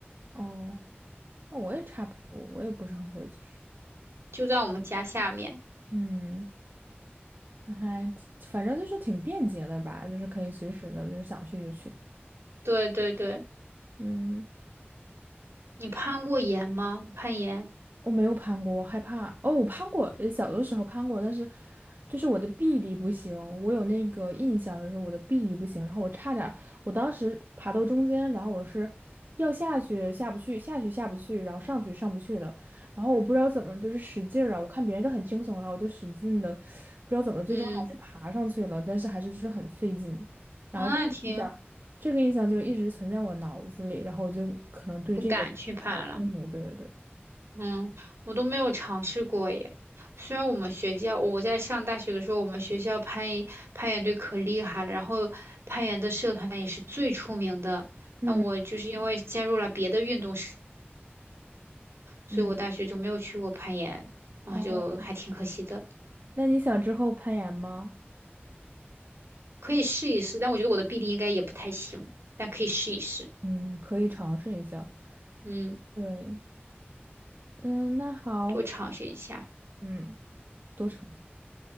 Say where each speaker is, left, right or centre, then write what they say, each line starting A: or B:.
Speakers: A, on the right; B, on the right.
A: 哦，那我也差不多，我也不是很会，其实，
B: 就在我们家下面。
A: 嗯，那还反正就是挺便捷的吧，就是可以随时的，就是想去就去，
B: 对对对，
A: 嗯，
B: 你攀过岩吗？攀岩？
A: 我没有攀过，我害怕。哦，我攀过，呃小的时候攀过，但是就是我的臂力不行，我有那个印象，就是我的臂力不行，然后我差点儿我当时爬到中间，然后我是要下去下不去，下去下不去，然后上去上不去的，然后我不知道怎么就是使劲儿啊，我看别人都很轻松，然后我就使劲的，不知道怎么最终还是爬上去了，
B: 嗯，
A: 但是还是就是很费劲，然后这个印象，
B: 啊那挺。
A: 这个印象就一直存在我脑子里，然后我就可能对这个很清楚，
B: 不敢去攀了。
A: 对对对，
B: 嗯，我都没有尝试过耶。虽然我们学校，我在上大学的时候，我们学校攀岩攀岩队可厉害了，然后攀岩的社团也是最出名的。
A: 嗯
B: 但我就是因为加入了别的运动社，所以我大学就没有去过攀岩，
A: 嗯。
B: 然后就还挺可惜的。
A: 哦，那你想之后攀岩吗？
B: 可以试一试，但我觉得我的臂力应该也不太行，但可以试一试。
A: 嗯，可以尝试一下。
B: 嗯，
A: 对，嗯，那好，
B: 多尝试一下。
A: 嗯，多尝试。